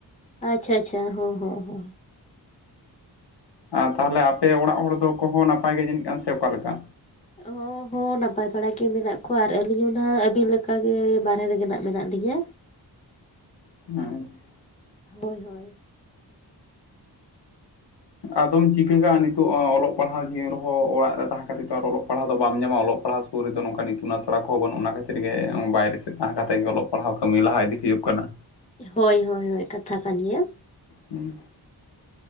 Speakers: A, on the left (about 15°); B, on the left (about 75°).
A: ᱟᱪᱪᱷᱟᱻ ᱟᱪᱪᱷᱟᱻ ᱦᱚᱻ ᱦᱚᱻ ᱦᱚᱻ᱾
B: ᱟᱨ ᱛᱟᱦᱟᱞᱮ ᱟᱯᱮ ᱚᱲᱟᱜ ᱦᱚᱲ ᱫᱚ ᱠᱚᱦᱚᱸ ᱱᱟᱯᱟᱭ ᱜᱮ ᱡᱟᱹᱱᱤᱡ ᱠᱟᱱ ᱥᱮ ᱚᱠᱟᱞᱮᱠᱟ?
A: ᱚ ᱦᱚᱸ ᱱᱟᱯᱟᱭ ᱵᱟᱲᱟ ᱜᱮ ᱢᱮᱱᱟᱜ ᱠᱚᱣᱟ ᱟᱨ ᱟᱹᱞᱤᱧ ᱦᱚᱸ ᱱᱟᱦᱟᱜ ᱟᱹᱵᱤᱱ ᱞᱮᱠᱟᱜᱮ ᱵᱟᱨᱦᱮ ᱨᱮᱜᱮ ᱢᱮᱱᱟᱜ ᱞᱤᱧᱟᱹ
B: ᱟᱪᱪᱷᱟ
A: ᱦᱳᱭ ᱦᱳᱭ
B: ᱟᱫᱚᱢ ᱪᱤᱠᱟᱹᱜ ᱠᱟᱜᱼᱟ ᱱᱤᱛᱚᱜ ᱚᱞᱚᱜ ᱯᱟᱲᱦᱟᱣ ᱡᱤᱭᱚᱱ ᱨᱮᱦᱚᱸ ᱚᱲᱟᱜ ᱨᱮ ᱛᱟᱦᱮᱸ ᱠᱷᱟᱹᱛᱤᱨ ᱟᱨ ᱚᱞᱚᱜ ᱯᱟᱲᱦᱟᱣ ᱫᱚ ᱵᱟᱢ ᱧᱟᱢᱟ ᱚᱞᱚᱜ ᱯᱟᱲᱦᱟᱣ ᱥᱩᱨ ᱨᱮᱫᱚ ᱱᱚᱝᱠᱟ ᱤᱛᱩᱱ ᱟᱥᱲᱟ ᱠᱚᱦᱚᱸ ᱵᱟᱹᱱᱩᱜ ᱚᱱᱟ ᱠᱷᱟᱹᱛᱤᱨ ᱜᱮ ᱵᱟᱭᱨᱮ ᱥᱮᱫ ᱛᱟᱦᱮᱸ ᱠᱟᱛᱮ ᱜᱮ ᱚᱞᱚᱜ ᱯᱟᱲᱦᱟᱣ ᱠᱟᱹᱢᱤ ᱞᱟᱦᱟ ᱤᱫᱤ ᱦᱩᱭᱩᱜ ᱠᱟᱱᱟ
A: ᱦᱳᱭ ᱦᱳᱭ ᱦᱳᱭ ᱠᱟᱛᱷᱟ ᱠᱟᱱ ᱜᱮᱭᱟ
B: ᱦᱮᱸ